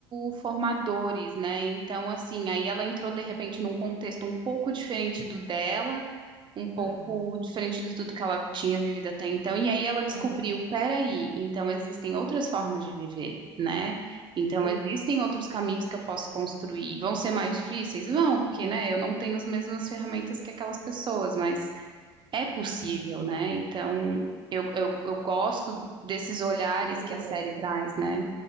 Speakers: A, on the right; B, on the right.
A: formadores, né? Então, assim, aí ela entrou de repente
B: aham,
A: num contexto um pouco diferente do dela, um pouco
B: aham,
A: diferente de tudo que ela tinha vivido até então, e aí ela descobriu,
B: aham.
A: peraí, então existem outras formas de viver, né?
B: Sim,
A: Então existem outros caminhos que eu posso construir. Vão ser mais difíceis? Vão, porque,
B: ah,
A: né, eu não tenho as mesmas ferramentas que aquelas pessoas, mas é possível,
B: sim,
A: né? Então, eu, eu, eu gosto desses olhares
B: eu
A: que
B: também.
A: a série traz, né?